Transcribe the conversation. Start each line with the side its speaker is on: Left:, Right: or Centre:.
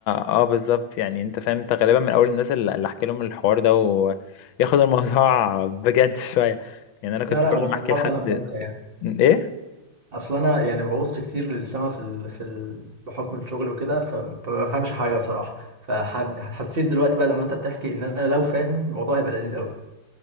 Left: اه بالظبط يعني انت فاهم انت غالبا من اول الناس اللي اللي احكي لهم الحوار ده وياخد الموضوع <laughs> بجد شويه يعني انا كنت
Right: لا لا
Left: كل
Right: هو الموضوع
Left: ما احكي لحد
Right: فعلا ممتع يعني
Left: ايه
Right: اصل انا يعني ببص كتير للسما في ال... في ال... بحكم الشغل وكده ف... فما بفهمش حاجه بصراحه فحسيت دلوقتي بقى لما انت بتحكي ان انا لو فاهم الموضوع هيبقى لذيذ قوي